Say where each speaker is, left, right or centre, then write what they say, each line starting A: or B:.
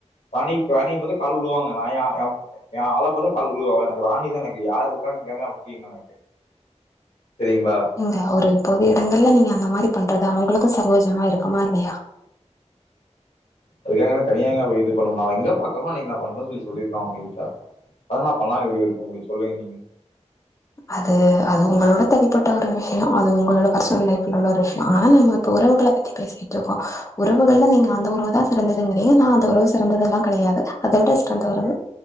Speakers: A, on the left; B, on the left.
A: ராணி ராணி பாத்தா கால் உலுவாங்க நா எ எ எ ஆள பாத்தா கால வுலுவே அவ எனக்கு ராணிதா எனக்கு யாரு இருக்காங்க இல்ல முக்கிய இல்ல எனக்கு செரிங்ளா
B: நா ஒரு பொது எடங்கள்ல நீங்க அந்த மாரி பண்றது அவங்களுக்கு சங்கோஜமா இருக்குமா இல்லையா
A: அதுக்காக என்ன தனியாங்க போய் இது பண்ணுவ நா அவ எங்க பாக்கறனோ அன்னைக்கு நா பண்றன் சொல்லி சொல்லிருக்க அவங்க கிட்ட அதனா பண்ணமா எப்டி இருக்க முடியு சொல்லுங்க நீங்க
B: அது அது உங்களோட தனிப்பட்ட ஒரு விஷியோ அது உங்களோட பர்சனல் லைஃப்ல உள்ள ஒரு விஷ்யோ ஆனா நம்ம இப்ப உறவுகள பத்தி பேசிட்ருக்கோ உறவுகள்ல நீங்க அந்த உறவு தா சிறந்ததுங்கிறங்க நா அந்த உறவு சிறந்ததெல்லா கெடையாது அத விட ஸ்ரந்த உறவு